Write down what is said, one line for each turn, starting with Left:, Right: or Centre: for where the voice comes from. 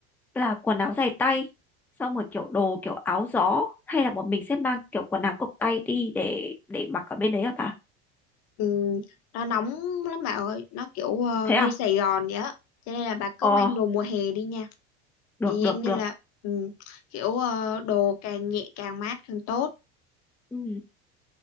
Centre: là quần áo dài tay xong rồi kiểu đồ kiểu áo gió hay là bọn mình sẽ mang kiểu quần áo cộc tay đi để để mặc ở bên đấy hả bà?
Left: ừ, nó nóng lắm bà ơi nó kiểu ờ,
Centre: Thế
Left: như
Centre: à?
Left: Sài Gòn vậy á cho nên là bà cứ
Centre: Ờ,
Left: mang đồ mùa hè đi nha
Centre: được
Left: thì
Centre: được
Left: dạng như
Centre: được.
Left: là ừ, kiểu ờ, đồ càng nhẹ càng mát càng tốt
Centre: Ừ.